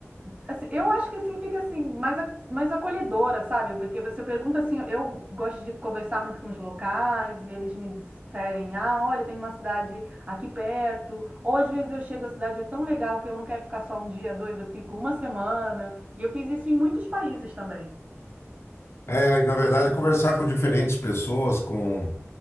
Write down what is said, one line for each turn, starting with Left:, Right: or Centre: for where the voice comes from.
Right: assim, eu acho que assim fica assim mais, a- mais acolhedora, sabe? Porque você pergunta assim, eu gosto de conversar muito com os locais e eles me disserem, ah, olha, tem uma cidade aqui perto, ou às vezes eu chego, a cidade é tão legal que eu não quero ficar só um dia, dois, eu fico uma semana, e eu fiz isso em muitos países também.
Left: É, e, na verdade, conversar com diferentes pessoas, com.